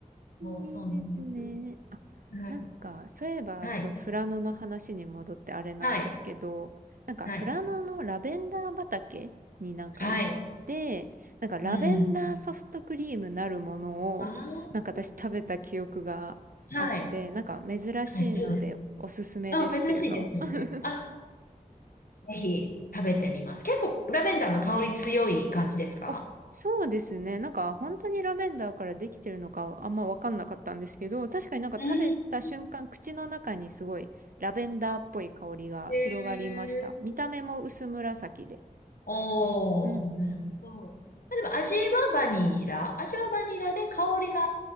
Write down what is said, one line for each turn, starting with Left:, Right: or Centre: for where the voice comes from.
Left: もうそうなんです。
Right: ん、いいですね。あ、
Left: はい。
Right: なんか、そういえば、
Left: はい。
Right: すごい、富良野の話に戻ってあれなんですけど、
Left: はい。
Right: なんか、
Left: はい。
Right: 富良野のラベンダー畑になんか行って、
Left: はい。
Right: なんか、ラベンダーソフトクリームなるものを、
Left: うん。ああ、
Right: なんか私食べた記憶があって、
Left: はい。
Right: なんか、珍しいので、
Left: はい。どうです
Right: おすすめですっていうのを。
Left: あ、珍しいですよね。
Right: <laughs>
Left: あ、ぜひ食べてみます。結構ラベンダーの香り強い感じですか
Right: あそうですね。なんか本当にラベンダーからできてるのかあんまわかんなかったんですけど、確かになんか食べた瞬間、
Left: うん。
Right: 口の中にすごいラベンダーっぽい香りが広がりました。
Left: へー
Right: 見た目も薄紫で。
Left: おー、
Right: うんうんうん
Left: なるほど。まあでも味はバニラ、味はバニラで香りが